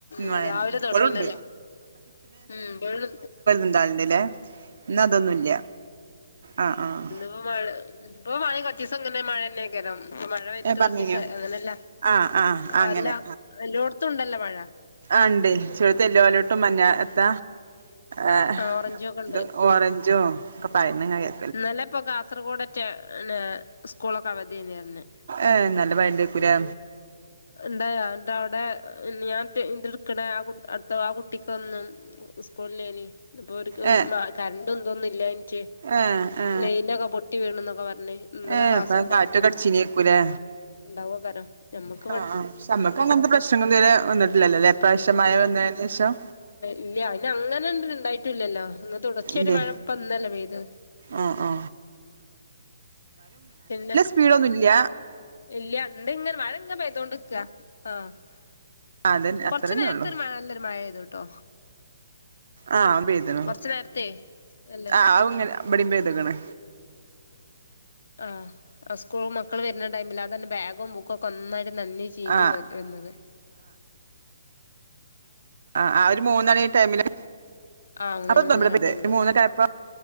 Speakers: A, on the left; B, on the right.
A: ഉം
B: മഴന്നെ
A: രാവിലെ
B: ഇപ്പഴുണ്ട്
A: തുടങ്ങീന്നല്ലോ ഉം ഇബള്
B: ണ്ടാള്ണ്ട്ല്ലേ ഇന്ന് അതൊന്നുല്ല ആഹ് ആഹ്
A: പ്പൊ മഴ ഇപ്പൊ മഴ കുറച്ചീസങ്ങനെ മഴന്നെ ക്കാരം ഇപ്പ മഴ പെയ്തിട്ട്
B: ഏഹ് പറഞ്ഞീനോ
A: കുറച്ചീസം അങ്ങനല്ല
B: ആഹ് ആഹ് അങ്ങനെ
A: അല്ല എല്ലോട് ത്തുണ്ടല്ലോ മഴ
B: ആഹ് ഇണ്ടേ ചെറുത്ത് എല്ലോലോട്ടും മഞ്ഞ ത്ത ആഹ്
A: ഓറഞ്ചും ഒക്കെണ്ട്
B: ഇത് ഓറഞ്ചോ ഒക്കെ പയന്നങ്ങായാ
A: ഇന്നലെ ഇപ്പൊ കാസർഗോഡറ്റ എന്നാ സ്കൂളൊക്കെ അവധിര്ന്നറഞ്ഞ്
B: ഏഹ് നല്ല മയണ്ടേക്കൂല്ലേ
A: എന്തായ എന്ത അവിടെ ഞാൻ റ്റ് ന്റെടുക്കണേ ആ കുട്ട് അടുത്ത ആ കുട്ടിക്കൊന്നും സ്കൂളില്ലേനി അപ്പൊര്ക്ക്
B: ഏ
A: കറണ്ട് ന്തോന്നുംല്ലാഞ്ഞിട്ട്
B: ഏ ഏ
A: ലൈയിനൊക്കെ പൊ ട്ടി വീണെന്നൊക്കെ പറഞ് ഇന്നലെ
B: ഏ
A: ക്ലാസ്സും
B: അപ്പ
A: ഉണ്ടായിട്ടില്ല
B: കാറ്റൊക്കെ അടിച്ചീനേക്കൂലേ
A: ഉണ്ടാവോക്കാരം മ്മക്ക്
B: ആഹ് ആഹ് ക്ഷെ നമുക്ക് അങ്ങനത്തെ പ്രശ്നങ്ങൾ ഇതരെ വന്നിട്ടില്ലല്ലോല്ലെ ഇപ്രാവശ്യം മയ
A: ഇല്ല
B: വന്നതിന് ശേഷം
A: ഇല്ല അയ്ന് അങ്ങനെണ്ട് ഇണ്ടായിട്ടൂല്ലല്ലോ ഒന്ന് തുട ർച്ചായിട്ട്
B: ഇല്ലേ
A: മഴപ്പന്നല്ലേ പെയ്തത്
B: ആ ആ
A: പിന്നെ
B: ളൊന്നും ഇല്ല
A: ഇല്യ ണ്ട് ങ്ങനെ മഴ ഇങ്ങ നെ പയതകൊണ്ട് ക്ക ആകൊറച്ചു
B: അതന്നെ അത്രന്നെ
A: നേരത്തെ
B: ഉള്ളു
A: ഒരു മഴ നല്ലരു മഴെയ്തു ട്ടോ
B: ആഹ പയ്തു
A: കൊറച്ചു നേരത്തെ നല്ല
B: ആ അ ഉങ്ങനെ
A: ആഹ്
B: ബടി പെയ്തക് ണ്.
A: ആഹ് ആ സ്കൂള മക്കൾ വരുന്ന ആ സ്‌കൂളിന് മക്കള്വർണടൈമിൽ അത ന്നെ ബാഗുംബുക്കും ഒക്കെ ഒന്നായിട്ട് നനഞ്ഞ് ചീഞ്ഞ
B: ആഹ്
A: വര് എന്നത്
B: ആ ആ ഒരു മൂന്നണി ടൈമില്
A: ആഹ് മൂന്നര
B: അപ്പൊ തെമിന
A: മൂന്നര
B: പിന്നെ
A: ടൈമിലൊക്കെ
B: നി മൂന്ന ടൈപോ